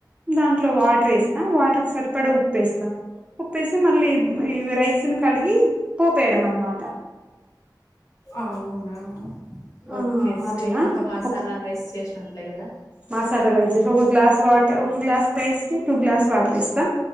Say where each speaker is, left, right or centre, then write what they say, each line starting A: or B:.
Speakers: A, on the right; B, on the left.
A: దాంట్లో వాటర్ వేస్తా వాటర్ కి సరిపడా ఉప్పేస్తా ఉప్పేసి మళ్ళీ ఈ రైస్ ని కడిగి పోపేయడం అన్నమాట
B: అవునా
A: ఆ
B: ఓకే సేమ్
A: అట్లా
B: ఇంకా మసాలా
A: ఒక
B: రైస్ చేసినట్లే కదా
A: మసాలా రైస్ ఒక గ్లాస్ వాటర్ ఒక గ్లాస్ పేస్టి టూ గ్లాస్ వాటర్ ఏస్ ఆ